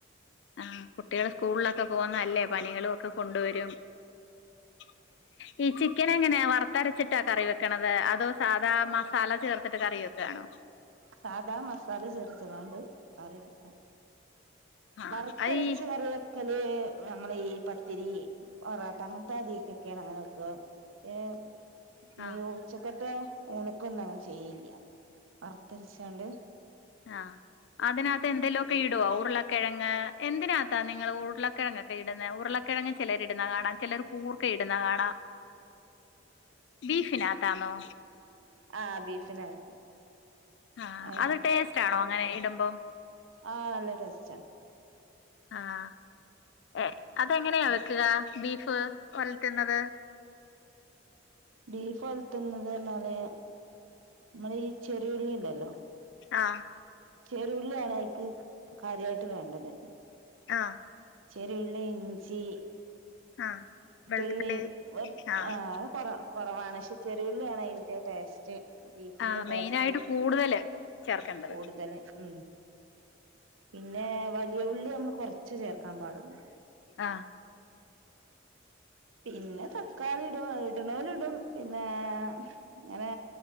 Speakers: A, on the left; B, on the right.
A: ആഹ് കുട്ടികള് സ്കൂൾലൊക്കെ പോകുന്നല്ലെ. പനികളും ഒക്കെ കൊണ്ട് വരും. <inaudible> ഈ ചിക്കന് എങ്ങനെയാ വറ്ത്തരച്ചിട്ടാ കറി വെക്ക്ണത്. അതൊ സാധാ മസാല ചേർത്തിട്ട് കറി വെക്കണൊ?
B: സാധാ മസാല ചേർത്തെച്ച്ങ്ങാണ്ട് കറി വെക്കും.
A: ആഹ്
B: വറുത്തരച്ച്
A: അത് ഈ
B: കറിവെ വെക്കല് നമ്മള് ഈ പത്തിരി പൊറോട്ട അങ്ങനത്തെ അധിക്കൊക്കെയാണ് അങ്ങനെ വെക്കാ. ഏ.. ഈ
A: ആഹ്
B: ഉച്ചക്കത്തെ ഊണിനൊന്നും അങ്ങനെ ചെയ്യില്ല വറത്തരിച്ചാണ്ട്.
A: ആഹ് അതിനകത്ത് എന്തെലോക്കെഇ ഇടുവോ ഉരുളക്കിഴങ് എന്തിനാത്താ നിങ്ങള് ഉരുളക്കിഴങ്ങക്കെ ഇടുന്നെ ഉരുളക്കിഴങ് ചെലര് ഇടുന്നാകാണാ. ചെലർ കൂർക്ക ഇടുന്ന കാണാം ബീഫിനകത്താന്നോ?
B: ആഹ് ബീഫിനകത്ത്.
A: ആഹ്
B: അയാ
A: അത് ടേസ്റ്റ്
B: ഓ
A: ആണോ അങ്ങനെ ഇടുമ്പം
B: ആഹ് നല്ല ടേസ്റ്റാ.
A: ആഹ് ഏ അതെങ്ങനെയ? ക്ക്ക ബീഫ് ഒലത്ത്ന്നത്?
B: ബീഫ് ഒല്ത്ത്ന്നത് പറഞ്ഞാല് മ്മള് ഈ ചെറിയുള്ളി ഇണ്ടല്ലോ
A: ആഹ്.
B: ചെറിയോള്ളി ആണ് അയിക്ക് കാര്യായിട്ട് വേണ്ടത്.
A: ആഹ്.
B: ചെറിയുള്ളി, ഇഞ്ചി
A: ആഹ്. വെളുത്തുള്ളി
B: ത്ത്ള്ളി വെറ
A: ആഹ്
B: ആ അത് കൊറവാ കൊറവാണ് പക്ഷെ ചെറിയൊള്ളിയാണ് അതിന്റെ ടേസ്റ്റ്. ബീഫിന്റെ
A: ആഹ്
B: ടേസ്റ്റ്
A: മെയിനായിട്ട് കൂടുതല് ചേർക്കേണ്ടത്
B: കൂടുതല് ഉം. പിന്നെ.. വലിയ ഉള്ളി നമ്മള് കൊറച്ച് ചേർക്കാൻ പാടുള്ള
A: ആഹ്.
B: പിന്നെ തക്കാളി ഇടും ഇട്ണോല് ഇടും പിന്നെ ങ്ങനെ